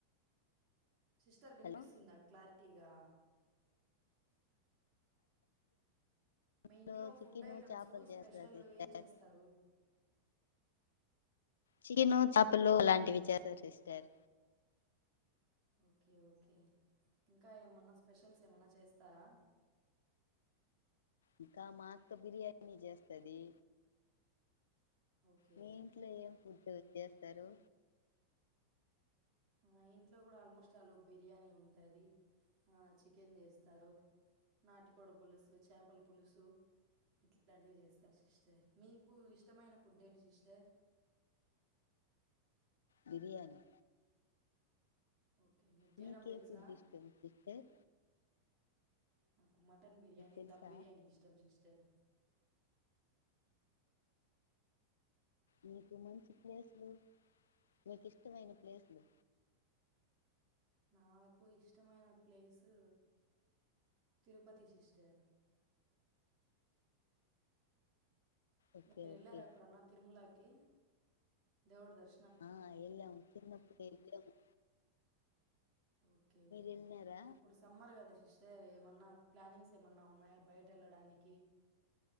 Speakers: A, on the right; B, on the left.
A: సిస్టర్ వినిపిస్తుందా
B: హలో
A: క్లారిటీగా మీ
B: అందులో
A: ఇంట్లో
B: చికెను
A: ఫుడ్ ఐటమ్స్
B: చేపలు
A: స్పెషల్
B: చేస్తారు సిస్టర్
A: ఏం చేస్తారు
B: చికెను చెపలు అలాంటివి చేస్తారు సార్
A: ఓకే ఓకే ఇంకా ఏమన్నా స్పె షల్స్ ఏమన్నా చేస్తారా
B: ఇంకా మాఅక్క బిర్యానీ చేస్తది
A: ఓకే
B: మీ ఇంట్లో ఏం ఫుడ్ చ్చేస్తారు
A: ఆ ఇంట్లో కూడా ఆల్మోస్ట్ అలుగు బిర్యానీ ఉంటది ఆ చికెన్ చేస్తారు నాటి కోడి పులుసు చేపల పులుసు ఇంకా ఇట్లాంటివి చేస్తారు సిస్టర్ మీకు ఇష్టమైన ఫుడ్ ఏంటి సిస్టర్
B: బిరియానీ
A: ఓకే మీకు చేయడం
B: మీకే
A: తెలుసా
B: ఫుడ్ ఇష్టం సస్టర్
A: నాకు మటన్ బిర్యానీ
B: తెలుసా
A: దమ్ బిర్యానీ ఇష్టం సిస్టర్
B: నీకు మంచి ప్లేసులు నీకు ఇష్టమైన ప్లేసులు
A: నాకు ఇష్టమైన ప్లేసు తిరుపతి సిస్టర్
B: ఓకే
A: మీరు వెళ్ళార
B: ఓకే
A: ఎప్పుడన్నా తిరుమలకి దేవుడు దర్శన్
B: ఆ ఎల్లెం చిన్నప్పుడు ఎల్లాము
A: ఓకే
B: వెళ్ళినారా
A: ఇప్పుడు సమ్మర్ కదా సిస్టర్ ఎ మన్నా ప్లానింగ్స్ ఏమన్నా ఉన్నాయా బయట ఎళ్ళడానికి